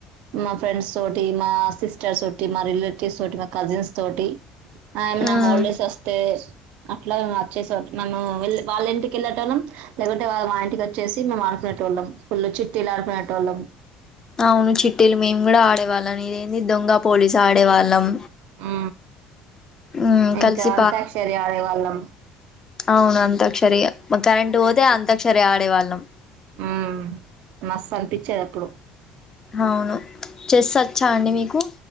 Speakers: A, on the right; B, on the left.
A: మా ఫ్రెండ్స్ తోటి మా సిస్టర్స్ తోటి మా రిలేటివ్స్ తోటి మా కజిన్స్ తోటి ఏమన్న
B: ఉమ్
A: హాలిడేస్ వస్తే అట్లా వచ్చేసి నన్ను వె వాళ్ళ ఇంటికి వెళ్ళేటొలం లేకుంటే వాళ్ళు మా ఇంటికి వచ్చేసి మేము ఆడుకునే టోళ్ళం ఫుల్ చి తినార్ పెటోలం
B: అవును చిట్టేలు మేము గుడా ఆడేవాళ్ళం ఇదేంది దొంగ పోలీసు ఆడేవాళ్ళం
A: ఉ
B: ఉమ్
A: ఇంకా
B: కలిసి
A: అంతక్షరి ఆడే వాళ్ళం
B: అవున అంతక్షరి మ కరెంట్ పోతే అంతాక్షరి ఆడే వాళ్ళం
A: హుమ్ మస్తు అనిపిచేది అప్పుడు
B: అవును చెస్ వచ్చా అండి మీకు